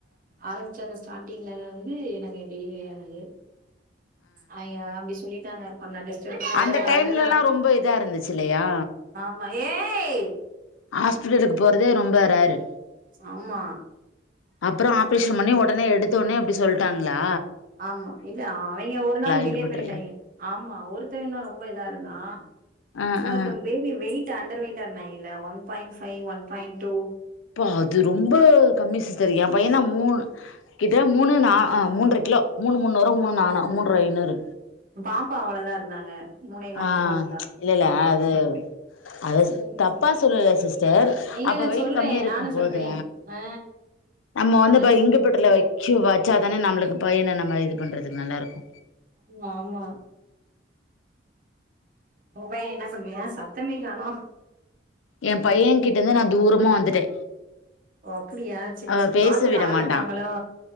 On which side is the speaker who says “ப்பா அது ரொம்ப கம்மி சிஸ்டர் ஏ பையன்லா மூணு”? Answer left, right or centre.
Left